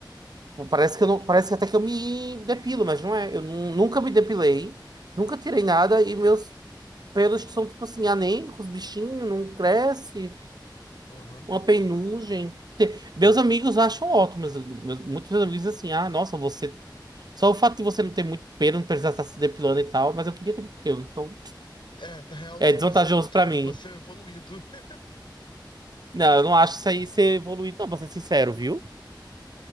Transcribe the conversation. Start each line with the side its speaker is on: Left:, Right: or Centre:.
Right: Tipo, Parece que eu não, parece que até que eu me depilo, mas não é. Eu nu- nunca me depilei, nunca tirei nada e meus. pelos que são, tipo assim, anêmicos, bichinho, não cresce,
Left: aham.
Right: uma penugem. Meus amigos acham ótimo, mas meus- muitos meus amigos dizem assim, ah, nossa, você. Só o fato de você não ter muito pelo, não precisar estar se depilando e tal, mas eu queria ter muito pelo, então
Left: É, na real,
Right: é desvantajoso
Left: você é o contrário,
Right: pra mim.
Left: você é o evoluído. <laughs>
Right: Não, eu não acho isso aí ser evoluído, não, pra ser sincero, viu?